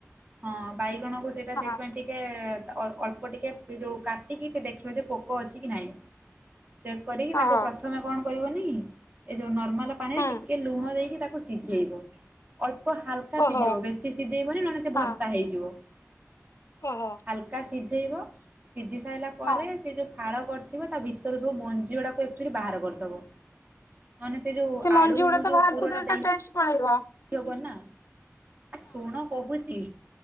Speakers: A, on the right; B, on the left.
A: ହଁ ବାଇଗଣକୁ ସେଇଟା
B: ହଁ
A: ସେଇଥିପାଇଁ ଟିକେ ଅ- ଅଳ୍ପ ଟିକେ ପି-ଯୋଉ କାଟିକି ଟିକେ ଦେଖିବ ଯେ ପୋକ ଅଛି କି ନାଇଁ। କରିକି ତାକୁ
B: ଓହୋ
A: ପ୍ରଥମେ କଣ କରିବନି ଏ ଯୋଉ ନର୍ମାଲ ପାଣିରେ
B: ହୁଁ
A: ଟିକେ ଲୁଣ ଦେଇକି ତାକୁ ସି ସିଝେଇବ ଅଳ୍ପ ହାଲ କା
B: ଓହୋ
A: ସିଝେଇବ ବେଶି ସିଜେଇବନି ନନେ ସେ
B: ହଁ
A: ଭର୍ତ୍ତା ହେଇଯିବ।
B: ଓହୋ
A: ହାଲ କା ସିଝେଇବ, ସିଝି ସାଇଲା ପରେ
B: ହଁ
A: ସେ ଯୋଉ ଫାଳ କରିଥିବ ତା ଭିତରୁ ସବୁ ମଞ୍ଜ ଜି ଗୁଡାକ ଏକ୍ଚୁଲି ବାହାର କରିଦବ। ମାନେ ସେ ଯୋଉ
B: ମଞ୍ଜି
A: ଆଳୁ
B: ଗୁଡା ତ
A: ଯୋଉ
B: ବାହାର
A: ପୁରଟା
B: କରିଦେଲେ
A: ଦେଇ
B: ତା ଟେଷ୍ଟ କରିବା।
A: ଦବ ନା, ଶୁଣ କହୁଛି।